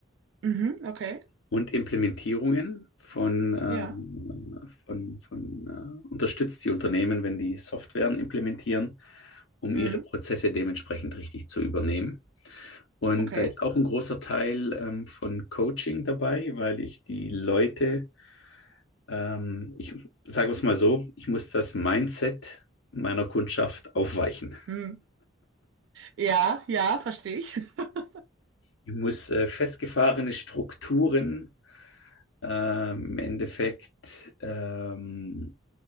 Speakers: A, on the right (about 65°); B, on the left (about 75°).
A: mhm, okay,
B: und Implementierungen von, ähm,
A: ja,
B: von, von äh, unterstützt die Unternehmen, wenn die Softwaren implementieren, um
A: mhm,
B: ihre Prozesse dementsprechend richtig zu übernehmen. Und
A: okay,
B: da ist auch ein großer Teil ähm, von Coaching dabei, weil ich die Leute Ähm, ich sage es mal so, ich muss das Mindset meiner Kundschaft aufweichen.
A: mhm. Ja, ja, verstehe ich. <laughs>
B: Ich muss äh, festgefahrene Strukturen äh, im Endeffekt ähm,